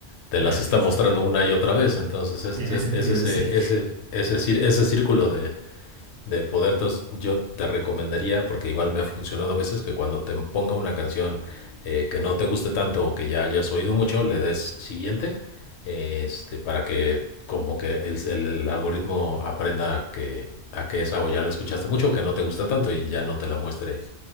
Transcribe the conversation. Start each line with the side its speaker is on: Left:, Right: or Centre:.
Left: te
Right: Ah,
Left: las está
Right: tiene
Left: mostrando
Right: sentido.
Left: una y otra vez. Entonces, ese,
Right: Tiene
Left: es-
Right: sentido,
Left: es ese,
Right: sí.
Left: ese, ese, cir- ese círculo de, de poder. Entonces, yo te recomendaría, porque igual me ha funcionado a veces, que cuando te ponga una canción eh, que no te guste tanto o que ya hayas oído mucho, le des siguiente, eh, este, para que como que el, el- el algoritmo aprenda a que, a que esa o ya la escuchaste mucho o que no te gusta tanto y ya no te la muestre